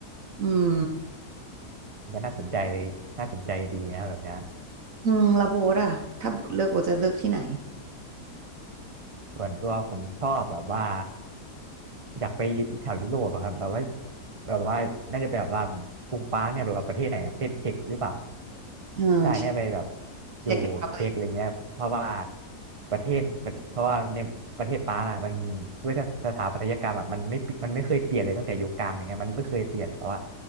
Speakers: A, on the right; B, on the right.
A: อืม
B: ก็น่าสนใจเลยน่าสนใจดีนะครับแบบเนี้ย
A: อืมแล้วโบทอะถ้าโบทเลือกโบทจะเลือกที่ไหน
B: ส่วนตัวผมชอบแบบว่า อยากไปแถวยุโรปอะครับแบบว่าแบบว่าน่าจะไปแบบว่ากรุงปรางเนี่ยแบบว่าประเทศไหนอะประเทศเช็กหรือเปล่า
A: เออ
B: ใช่เนี่ยไปแบบอยู่เช็กอะไรเงี้ยเพราะว่า
A: เช็ครีพับลิก
B: ประเทศเพราะว่าในประเทศปรางอะมันด้วยสถาปัตยกรรมอะมันไม่มันไม่เคยเปลี่ยนเลยตั้งแต่ยุคกลางอะไรเงี้ยมันไม่เคยเปลี่ยนเพราะว่า